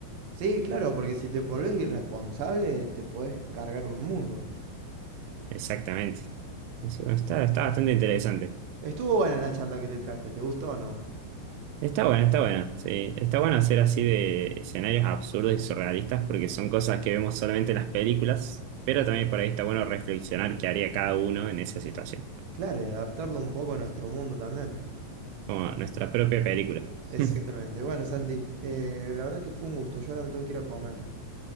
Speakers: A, on the right; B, on the right.
A: Sí, claro, porque si te volvés irresponsable, te podés cargar un mundo.
B: Exactamente. Así, bueno, está, está bastante interesante.
A: Estuvo buena la charla que te traje, ¿te gustó o no?
B: Está bueno, está bueno. Sí, está bueno hacer así de escenarios absurdos y surrealistas, porque son cosas que vemos solamente en las películas, pero también por ahí está bueno reflexionar qué haría cada uno en esa situación,
A: Claro, y adaptarlo un poco a nuestro mundo también.
B: como nuestra propia película.
A: Exactamente.
B: <laughs>
A: Bueno, Santi, eh, la verdad que fue un gusto. Yo ahora me tengo que ir a comer.